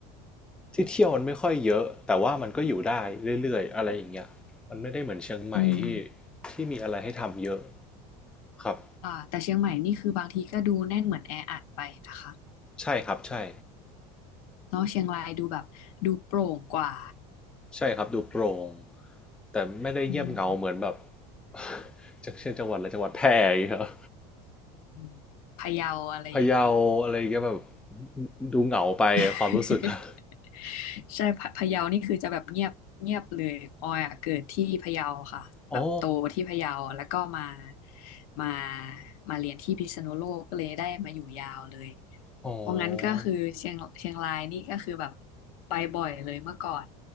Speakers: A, in the centre; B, on the left.
A: ที่เที่ยวมันไม่ค่อยเยอะแต่ว่ามันก็อยู่ได้เรื่อยๆอะไรอย่างเงี้ยมันไม่ได้เหมือนเชียงใหม่ที่
B: อืม
A: ที่มีอะไรให้ทำเยอะครับ
B: อ่าแต่เชียงใหม่นี่คือบางทีก็ดูแน่นเหมือนแออัดไปนะคะ
A: ใช่ครับใช่
B: เนาะเชียงรายดูแบบดูโปร่งกว่า
A: ใช่ครับดูโปร่งแต่ไม่ได้เงียบเหงาเหมือนแบบ
B: อืม
A: <laughs> จากเช่นจังหวัดอะไรจังหวัดแพร่อย่างเงี้ย
B: อืมพะเยาอะไรอย่างนี้
A: พะเยาอะไรอย่างเงี้ยแบบดูเหงาไปความรู้สึกนะ
B: <laughs> ใช่พะพะเยานี่คือจะแบบเงียบเงียบเลยออยอ่ะเกิดที่พะเยาค่ะแบบโตที่พะเยาแล้วก็มา
A: อ๋อ
B: มามาเรียนที่พิษณุโลกก็เลยได้มาอยู่ยาวเลย
A: อ๋อ
B: เพราะงั้นก็คือเชียงเชียงรายนี่ก็คือแบบไปบ่อยเลยเมื่อก่อน